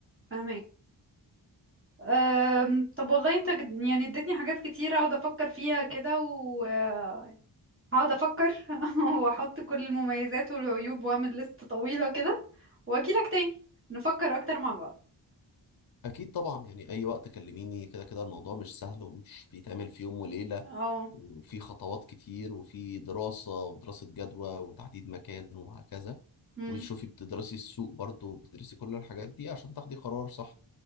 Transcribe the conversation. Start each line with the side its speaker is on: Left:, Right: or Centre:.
Right: فاهمك أم، طب والله انت جد- يعني اديتني حاجات كتير اقعد افكر فيها كده وهقعد افكر <laughs> واحط كل المميزات والعيوب واعمل لست طويلة كده واجي لك تاني نفكر اكتر مع بعض
Left: أكيد طبعا يعني أي وقت كلميني كده كده الموضوع مش سهل ومش بيتعمل في يوم وليلة
Right: اه
Left: وفي خطوات كتير وفي دراسة ودراسة جدوى وتحديد مكان وهكذا
Right: امم
Left: وبتشوفي بتدرسي السوق برضه وبتدرسي كل الحاجات دي عشان تاخدي قرار صح